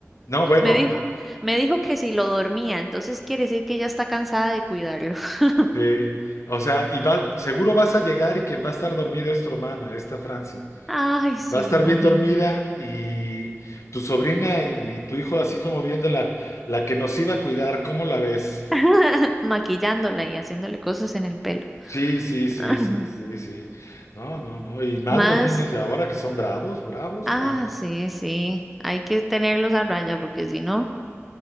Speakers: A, on the left; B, in the centre.
A: No, bueno,
B: Me dijo, me dijo que si lo dormía, entonces quiere decir que ya está cansada de cuidarlo. <laughs>
A: Sí, o sea, y va, seguro vas a llegar y quien va a estar dormido es tu hermana, esta Franci.
B: Ay, sí,
A: Va a estar
B: imagínese.
A: bien dormida y tu sobrina y tu hijo así como viendo la, la que nos iba a cuidar, ¿cómo la ves?
B: <laughs> Maquillándola y haciéndole cosas en el pelo.
A: Sí, sí, sí,
B: <laughs>
A: sí, sí, sí. No, no, no. Y más
B: Más,
A: los niños de ahora que son bravos, bravos,
B: ah,
A: bravos.
B: sí, sí. Hay que tenerlos a raya porque si no,